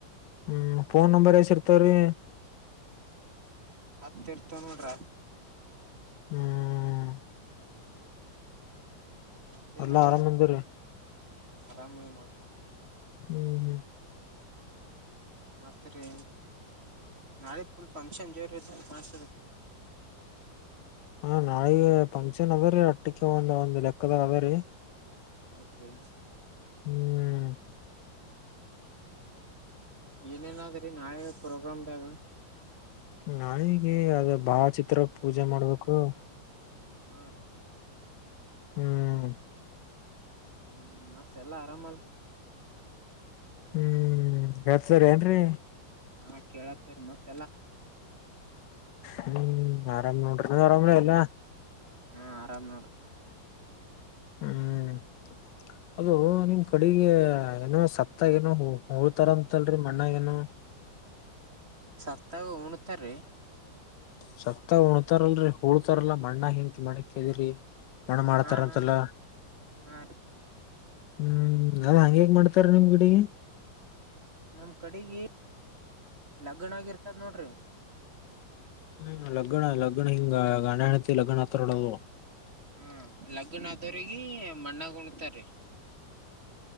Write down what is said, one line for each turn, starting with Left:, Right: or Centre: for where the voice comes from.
Left: ಹ್ಮ್ ಫೋನ್ ನಂಬರ್ ಎಸ್ ಇರ್ತಾವ್ರಿ
Right: ಹತ್ತಿರ್ತ ನೋಡ್ರ
Left: ಹ್ಮ್
Right: ಮತ್ತೇ
Left: ಎಲ್ಲಾ
Right: ನೋಡ
Left: ಆರಾಮ್ ಅಂದಿರಿ
Right: ಆರಾಮ ನೀವ ನೋಡ್ರಿ
Left: ಹ್ಮ್ ಹ್ಮ್
Right: ಮತ್ರಿ ನಾಳೆ ಫುಲ್ ಫಂಕ್ಷನ್ ಜೋರದು ಹಾ ಸರ
Left: ಹ ನಾಳಿಗೆ ಫಂಕ್ಷನ್ ಅದ ರೀ ಅಟ್ಟಕ್ಕೆ ಒಂದ್ ಒಂದ್ ಲೆಕ್ಕದಾಗ ಅದ ರೀ
Right: ಹತ್ ರೀ
Left: ಹ್ಮ್
Right: ಏನೇನಾದ್ರಿ ನಾಳೆ ಪ್ರೋಗ್ರಾಮದಾಗ
Left: ನಾನೀಗ ಅದ ಭಾವ ಚಿತ್ರ ಪೂಜೆ ಮಾಡ್ಬೇಕು
Right: ಹ್ ರಿ
Left: ಹ್ಮ್
Right: ಹ್ಮ್ ಮತ್ತೆಲ್ಲಾ ಆರಾಮ ಅಲ್ರಿ
Left: ಹ್ಮ್ ಹರ್ಸರಿ ಏನ್ರರಿ
Right: ಹಾ ಕೇಳತ್ತರ್ ಮತ್
Left: ಹ್ಮ್ ಆರಾಮ ನೋಡ್ರಿ ನೀವ ಆರಮರಿಯೆಲ್ಲ
Right: ಹಾ ಆರಾಮ್ ನೋಡ್ರ <inaudible>
Left: ಹ್ಮ್ ಅದು ನಿಮ್ ಕಡೆಗೆ ಏನೋ ಸತ್ತ ಏನೋ ಹಳ್ತಾರಂತಲ್ರರಿ ಮಣ್ಣ ಏನೋ
Right: ಸತಾವ ಒಣತರ
Left: ಸತ ಉಣತಾರಲ್ರರಿ ಉಳ್ತಾರಲ್ಲಾ ಮಣ್ಣ ಹನ್ಕ ಮಣಕ್ದ್ರರಿ ಒಣ ಮಾಡ್ತಾರಂತೆಲ್ಲ
Right: ಹಾ ಹಾ ಹಾ ರೀ
Left: ಹ್ಮ್ ಅ ಹಂಗೆಗ್ ಮಾಡ್ತಾರ ನಿಮ್ ಗಿಡಿಗೆ
Right: ನಮ್ ಕಡೆಗ ಲಗ್ಣ ಆಗಿರ್ತದ ನೋಡ್ರಿ
Left: ಹ್ಮ ಲಗ್ನ ಲಗ್ನ ಹಿಂಗ ಅಣಹಣತಿ ಲಗ್ನ ಹತ್ರರಡದು
Right: ಹ್ಮ ಲಗ್ನಾದವ್ರಗ ಮಣ್ಣಾಗ ಕುಣ್ತಾರಿ